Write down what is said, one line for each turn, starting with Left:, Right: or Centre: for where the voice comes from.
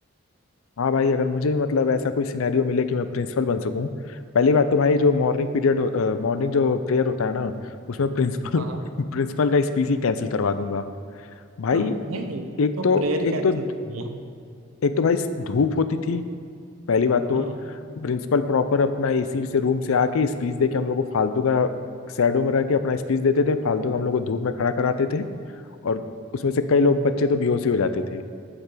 Left: हाँ भाई अगर मुझे भी मतलब ऐसा कोई सिनेरियो मिले कि मैं प्रिंसिपल बन सकूं पहली बात तो भाई जो मॉर्निंग पीरियड मॉर्निंग जो प्रेयर होता है ना उसमें प्रिंसिपल
Right: हाँ हाँ
Left: प्रिंसिपल <laughs> का स्पीच ही कैंसिल करवा दूंगा भाई
Right: हाँ नहीं
Left: एक
Right: तो
Left: तो
Right: प्रेयर
Left: एक
Right: कैंसिल
Left: तो
Right: करूंगा
Left: एक तो भाई धूप होती थी पहली बात तो
Right: हाँ
Left: प्रिंसिपल प्रॉपर अपना एसी से रूम से आके स्पीच दे के हम लोग को फालतू का शैडो में रह के अपना स्पीच देते थे फालतू का हम लोग को धूप में खड़ा कराते थे और उसमें से कई लोग बच्चे तो बेहोश ही हो जाते थे